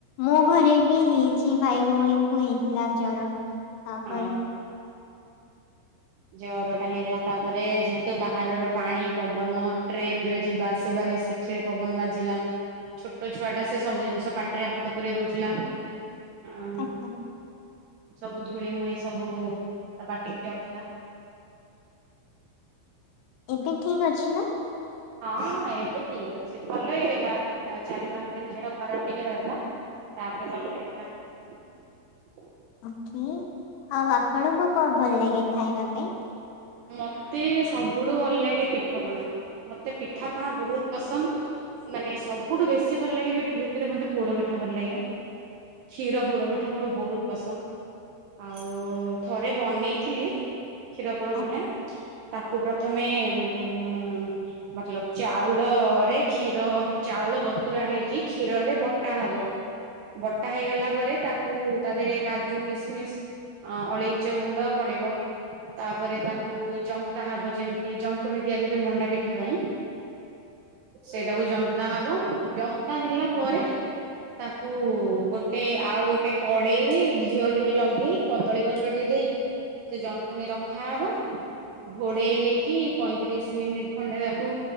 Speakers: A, on the left; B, on the right.
A: ମୋ ଘରେ ବି ହେଇଛି ଭାଇ ଭଉଣୀଙ୍କୁ ହେଇ ପିଲା ଜର ତାପରେ
B: ହଁ ଜର ଟା ହେଇଗଲା ତାପରେ ଯେହେତୁ ବାହାରର ପାଣି ପବନ ଟ୍ରେନ ରେ ଯିବା ଆସିବା ରେ ସେଠିରେ ପବନ ବାଜିଲା ଛୋଟ ଛୁଆ ଟା ସେ ସବୁ ଜିନିଷ ପାଟିରେ ହାତ ପୁରେଇ ଦଉଥିଲା ହଁ
A: ଆଜ୍ଞା
B: ସବୁ ଧୂଳିମୂଳି ସବୁ ତା ପାଟିିକି ଯାଉଥିଲା
A: ଏବେ ଠିକ ଅଛି ନା
B: ହଁ ହଁ ଏବେ ଠିକ ଅଛି ଭଲ ହେଇଗଲା ଚାରି ପାଞ୍ଚ ଦିନ ଦେହ ଖରାପ ଟିକେ ରହିଲା ତାପରେ ଭଲ ହେଇଗଲା
A: ଓକେ ଆଉ ଆପଣଙ୍କୁ କଣ ଭଲ ଲାଗେ ଖାଇବା ପାଇଁ
B: ମତେ ସବୁଠୁ ଭଲ ଲାଗେ ପିଠାପଣା ମତେ ପିଠାପଣା ବହୁତ ପସନ୍ଦ ମାନେ ସବୁଠୁ ବେଶୀ ଭଲ ଲାଗେ ପିଠା ଭିତରେ ମତେ ପୋଡ ପିଠା ଭଲ ଲାଗେ କ୍ଷୀର ପୋଡ ପିଠା ମୋର ବହୁତ ପସନ୍ଦ ଆଉ ଥରେ ବନେଇଥିଲି କ୍ଷୀର ପୋଡ
A: ଆ-
B: ପିଠା ତାକୁ ପ୍ରଥମେ ଉ ମତଲବ ଚାଉଳରେ କ୍ଷୀର ଚାଉ ଉଳ ବତୁରା ହେଇକି କ୍ଷୀର ରେ ବଟା ହବ ବଟା ହେଇଗଲା ପରେ ତାକୁ ତା ଦେହରେ କାଜୁ କିସମିସ ଅ ଅଳେଇଚ ଗୁଣ୍ଡ ପଡିବ ତାପରେ ତାକୁ ଜନ୍ତା ହବ ଯେମିତି ଯନ୍ତୁଣୀ ତିଆରି ହୁଏ ମଣ୍ଡା ପିଠା ପାଇଁ ସେଇଟାକୁ ଜନ୍ତା ହବ ଜନ୍ତା ହେଲା ପରେ ତାକୁ ଗୋଟେ ଆଉ ଗୋଟେ କଡେଇରେ ଘିଅ ଟିକେ ଲଗେଇ କଦଳୀ ପତ୍ର ଟିକେ ସେ ସେ ଯନ୍ତୁଣୀ ରଖାହବ ଘୋଡେଇ ହେଇକି ପଇଁତିରିଶ ମିନିଟ ଖଣ୍ଡେ ତାକୁ